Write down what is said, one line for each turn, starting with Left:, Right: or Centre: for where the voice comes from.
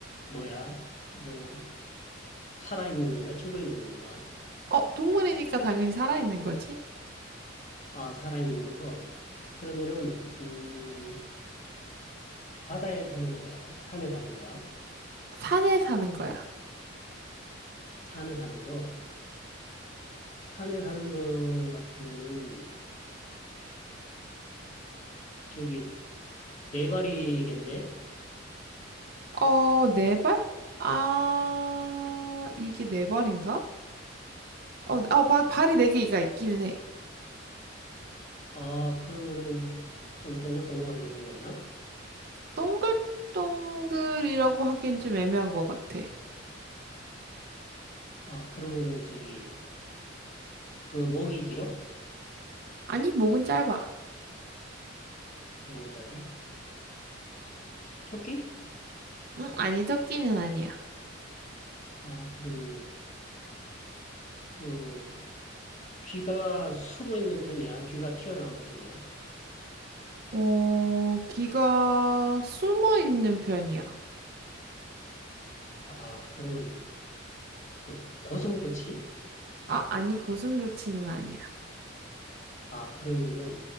Left: 뭐야? 뭐, 살아있는 건가? 죽어있는 건가?
Right: 어, 동물이니까 당연히 살아있는 거지?
Left: 아, 살아있는 거. 그러면은, 음, 바다에 사는 거야? 산에 사는 거야?
Right: 산에 사는 거야.
Left: 산에 사는 거. 산에 사는 거 같으면은, 저기, 네 발이겠네?
Right: 어, 네 발? 아, 이게 네 발인가? 어, 네, 어, 바, 발이 네 개가 있기는 해.
Left: 아, 그러면은, 좀 동글동글하게 생겼나?
Right: 동글동글이라고 하기엔 좀 애매한 것 같아.
Left: 아, 그러면은, 저기, 그 목이 길어?
Right: 아니, 목은 짧아.
Left: 목은 짧아? 토끼?
Right: 응, 아니, 토끼는 아니야.
Left: 아, 그러면은, 그 귀가 숨어 있는 편이야? 귀가 튀어나온 편이야?
Right: 어, 귀가 숨어 있는 편이야.
Left: 아, 그러면 그 고정고치
Right: 아, 아니, 고슴도치는 아니야.
Left: 아, 그러면은